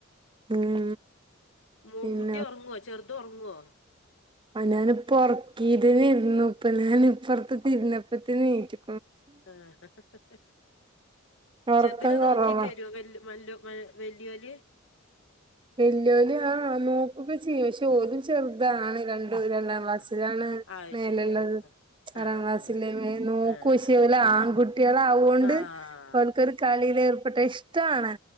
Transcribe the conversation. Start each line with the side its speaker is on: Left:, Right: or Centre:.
Right: ഉം
Left: മു
Right: പിന്നെ
Left: കുട്ടി ഉറങ്ങുവോ ചെറുത് ഉറങ്ങുവോ
Right: ആഹ് ഞാൻ ഇപ്പം ഉറക്കീതിന് ഇരുന്നു ഇപ്പൊ ഞാൻ ഇപ്പുറത്തെരുന്നപ്പത്തിന് എണീറ്റു
Left: ആഹ്
Right: ഒറക്കം
Left: ചെറുതിനെ
Right: കൊറവാ
Left: നോക്കി തരുവോ വെല്ല് വെല്ലു വെ വെല്ലിയോല്
Right: വെല്ലിയോല് ആഹ് നോക്കും വൊക്കെ ചെയ്യും പക്ഷെ ഓരും ചെറുതാണ് ആ രണ്ടും രണ്ടാം
Left: ആ
Right: ക്ലാസ്സിലാണ്
Left: ആ
Right: മേലുള്ളത്
Left: ശരി ആ
Right: ആറാം
Left: ആ
Right: ക്ലാസില്ലേ
Left: ആ
Right: നോക്കും
Left: ആഹ്
Right: പക്ഷേ ല ആൺകുട്ടികള
Left: ആഹ്
Right: ആവൂവൊണ്ട്
Left: ആഹ്
Right: അവർക്കൊരു കളി
Left: ആഹ്
Right: യിൽ ഏർപ്പെട്ടാൽ ഇഷ്ടാണ്